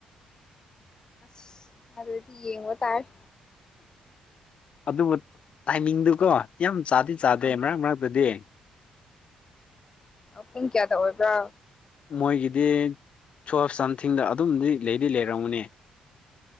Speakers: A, on the left; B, on the left.
A: ꯑꯁ ꯑꯗꯨꯗꯤ ꯌꯦꯡꯕ ꯇꯥꯔꯦ
B: ꯑꯗꯨꯕꯨ ꯇꯥꯏꯃꯤꯡꯗꯨꯀꯣ ꯌꯥꯝ ꯆꯥꯗꯤ ꯆꯥꯗꯦ
A: ꯎꯝ
B: ꯃꯔꯛ ꯃꯔꯛꯇꯗꯤ
A: ꯄꯨꯡ ꯀꯌꯥꯗ ꯑꯣꯏꯕ꯭ꯔ
B: ꯃꯣꯏꯒꯤꯗꯤ <unintelligible> ꯁꯝꯊꯤꯡꯗ ꯑꯗꯨꯝꯗꯤ ꯂꯩꯗꯤ ꯂꯩꯔꯝꯒꯅꯤ